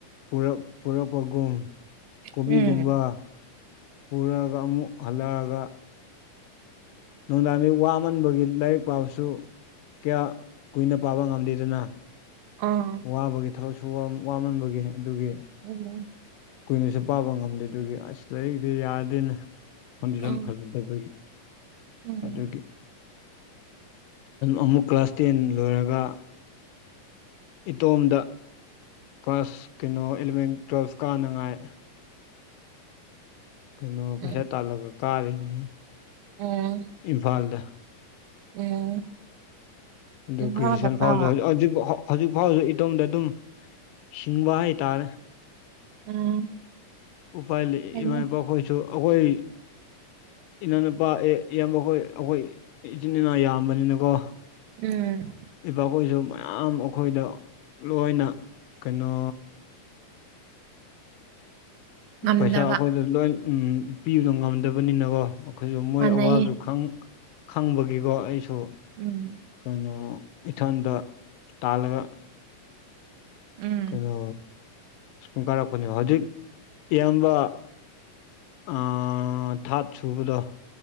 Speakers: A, on the left; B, on the right.
A: ꯄꯨꯔ ꯄꯨꯔꯛꯄꯒꯨꯝ ꯀꯣꯕꯤꯒꯨꯝꯕ
B: ꯎꯝ
A: ꯄꯨꯔꯛꯑꯒ ꯑꯃꯨꯛ ꯍꯜꯂꯛꯑꯒ ꯅꯨꯡꯗꯥꯡꯗꯤ ꯋꯥꯃꯟꯕꯒꯤ ꯂꯥꯏꯔꯤꯛ ꯄꯥꯕꯁꯨ ꯀꯌꯥ ꯀꯨꯏꯅ ꯄꯥꯕ ꯉꯝꯗꯦꯗꯅ
B: ꯑꯥ
A: ꯋꯥꯕꯒꯤ ꯊꯕꯛꯁꯨ ꯋꯥꯃꯟꯕꯒꯤ ꯑꯗꯨꯒꯤ
B: ꯎꯝ
A: ꯀꯨꯏꯅꯁꯨ ꯄꯥꯕ ꯉꯝꯗꯦ ꯑꯗꯨꯒꯤ ꯑꯁ ꯂꯥꯏꯔꯤꯛꯇ ꯌꯥꯗꯦꯅ ꯐꯥꯎꯟꯗꯦꯁꯟ
B: ꯎꯝ
A: ꯐꯖ ꯑꯗꯨ
B: ꯎꯝ
A: ꯑꯗꯨꯗꯦ ꯑꯃꯨꯛ ꯀ꯭ꯂꯥꯁ ꯇꯦꯟ ꯂꯣꯏꯔꯒ ꯏꯇꯣꯝꯗ ꯀ꯭ꯂꯥꯁ ꯀꯩꯅꯣ ꯑꯦꯂꯚꯦꯟ ꯇꯨꯋꯦꯜꯐ ꯀꯥꯅꯉꯥꯏ ꯀꯩꯅꯣ
B: ꯎꯝ
A: ꯄꯩꯁꯥ ꯇꯥꯜꯂꯒ ꯀꯥꯔꯦꯅꯦ
B: ꯎꯝ
A: ꯏꯝꯐꯥꯜꯗ
B: ꯎꯝ
A: ꯑꯗꯨ
B: ꯏꯝꯐꯥꯜꯗꯀꯣ
A: ꯒꯦꯖꯨꯌꯦꯁꯟ ꯐꯥꯎ ꯍꯧꯖꯤ ꯍꯧꯛ ꯍꯧꯖꯤꯛ ꯐꯥꯎꯁꯨ ꯏꯇꯣꯝꯗ ꯑꯗꯨꯝ ꯁꯤꯡꯕ ꯍꯥꯏꯇꯥꯔꯦ
B: ꯎꯝ
A: ꯎꯥꯏ ꯂꯩꯃ
B: ꯀꯩꯅꯣ
A: ꯄꯈꯣꯏꯁꯨ ꯑꯩꯈꯣꯏ ꯏꯅꯥꯎꯅꯨꯄꯥ ꯏꯌꯥꯝꯕ ꯑꯩꯈꯣꯏ ꯑꯩꯈꯣꯏ ꯏꯆꯤꯟ ꯏꯅꯥꯎ ꯌꯥꯝꯕꯅꯤꯅꯀꯣ
B: ꯎꯝ
A: ꯏꯄꯥꯈꯣꯏꯁꯨ ꯃꯌꯥꯝ ꯑꯩꯈꯣꯏꯗ ꯂꯣꯏꯅ ꯀꯩꯅꯣ
B: ꯉꯝꯗ꯭ꯔꯕ
A: ꯄꯩꯁꯥ ꯑꯩꯈꯣꯏꯗ ꯂꯣꯏ ꯎ ꯄꯤꯕꯗꯣ ꯉꯝꯗꯕꯅꯤꯅꯀꯣ ꯑꯩꯈꯣꯏꯁꯨ ꯃꯣꯏ
B: ꯃꯥꯟꯅꯩꯌꯦ
A: ꯑꯋꯥꯕꯗꯨ ꯈꯪꯕꯒꯤꯀꯣ ꯑꯩꯁꯨ
B: ꯎꯝ
A: ꯀꯩꯅꯣ ꯏꯊꯟꯗ ꯇꯥꯜꯂꯒ
B: ꯎꯝ
A: ꯀꯩꯅꯣ ꯁꯨꯝ ꯀꯥꯔꯛꯄꯅꯦꯕ ꯍꯧꯖꯤꯛ ꯏꯌꯥꯝꯕ ꯑ ꯊꯥꯠ ꯁꯨꯕꯗꯣ